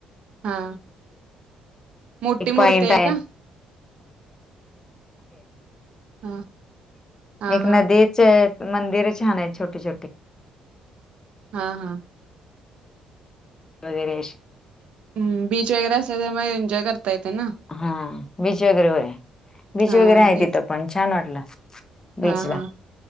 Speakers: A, on the right (about 55°); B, on the left (about 30°).
A: हां. मो्टी
B: एक पॉइंट
A: मुूर्ती आहे का. हा हा
B: एक
A: हा
B: नदीच. मंदिर छान आहेत छोटे छोटे.
A: हा हा.
B: वगैरे.
A: हम् बीच वगैरे असेल तर मग एन्जॉय करता येते ना.
B: हा बीच वगैरे व बीच
A: हा
B: वगैरे आहे
A: तेच
B: तिथं पण छान वाटलं. बीचला.
A: हा हा.